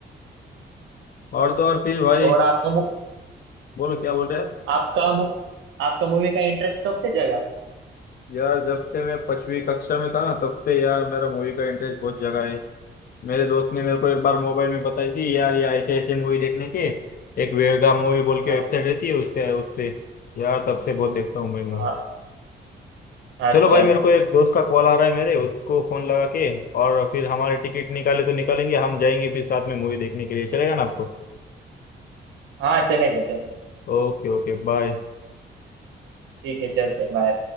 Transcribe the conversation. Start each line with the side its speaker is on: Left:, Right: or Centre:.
Left: और तो और फिर भाई
Right: और आपका मु,
Left: बोलो क्या बोल रहे हैं आप
Right: आपका मु, आपका मूवी का इंटरेस्ट कब से जगा
Left: यार जब से मैं पांचवी कक्षा में था ना तब से यार मेरा मूवी का इंटरेस्ट बहुत जगा है मेरे दोस्त ने मेरे को एक बार मोबाइल में बताई थी यार ये ऐसे ऐसे मूवी देखने के एक वेगा मूवी बोल के
Right: अच्छा
Left: वेबसाइट रहती है उससे उससे यार तब से बहुत देखता हूँ मैं मूवी
Right: हाँ अच्छा
Left: चलो भाई मेरे को एक दोस्त का कॉल आ रहा है मेरे उसको फोन लगा के और फिर हमारे टिकट निकाले तो निकालेंगे हम जाएंगे फिर साथ में मूवी देखने के लिए चलेगा ना आपको
Right: हाँ चलेगा चलेगा
Left: Okay okay bye
Right: ठीक है चलते हैं बाय